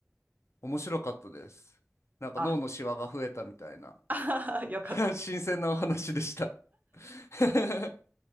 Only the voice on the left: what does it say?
面白かったです。なんか脳のシワが増えたみたいな
<laughs> 新鮮なお話でした <laughs>